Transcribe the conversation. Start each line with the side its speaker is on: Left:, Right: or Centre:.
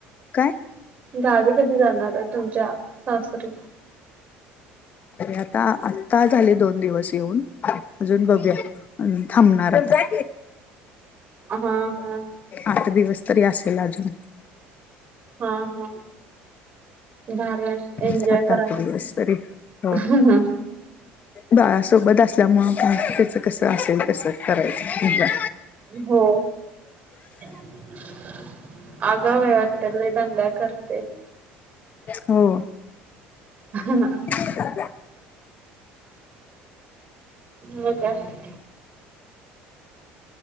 Left: काय?
Right: गावी कधी जाणार आहे तुमच्या सासरी?
Left: आता आत्ता झाले दोन दिवस येऊन अजून बघूया. अ थांबणार आता.
Right: हा हा.
Left: आठ दिवस तरी असेल अजून.
Right: हा हा भारी आहे. एन्जॉय
Left: सात
Right: करा,
Left: आठ दिवस तरी हो
Right: हा.
Left: बाळासोबत असल्यामुळे त्याचं कसं असेल कसं करायचं एन्जॉय.
Right: हो. <inaudible> आगावय वाटत लय दंगा करतय.
Left: हो.
Right: हा ना.
Left: <unintelligible>
Right: हो काय?